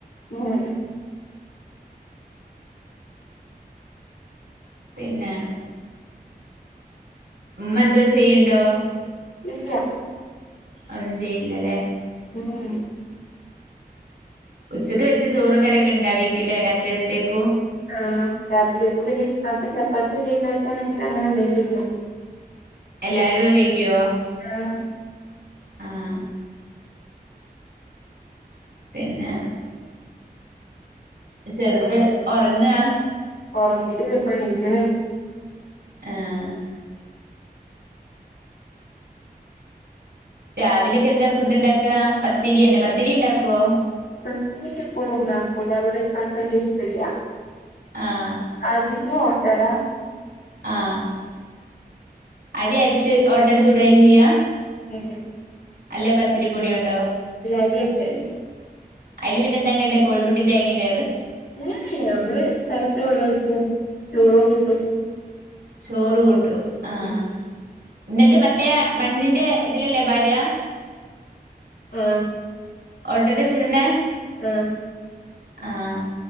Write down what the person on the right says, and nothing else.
പിന്നെ ഉമ്മ എന്താ ചെയ്യണ്ടോ?
ഒന്നും ചെയ്യില്ലല്ലേ
ഉച്ചക്ക് വെച്ച ചോറും കറിയൊക്കെ ഉണ്ടാവേക്കൂല്ലേ രാത്രിയത്തേകും
എല്ലാരും കഴിക്കുവോ
ആഹ പിന്നെ ചെറുത് ഉറങ്ങുക
ആഹ രാവിലെക്കെ എന്താ ഫുഡ് ണ്ടാക്കാ പത്തിരിയന്നെ പത്തിരി ണ്ടാക്കൊ
ആഹ്
ആഹ് അരി അരച്ച് ഓട്ടട ചൂട ചെയ്യാ
അല്ലെ പത്തിരിപ്പൊടി യോണ്ടോ
അതില് പിന്നെന്താൻടാണ്ട് കോഴമുട്ടി തേങ്ങയിടാലേ
ചോറ് കൂട്ടും ആഹ്
എന്നിട്ട് മറ്റേ മണ്ണിന്റെ ഇതിലല്ലേ പാര
ഒട്ടട ചുട് ണേ
ആഹ്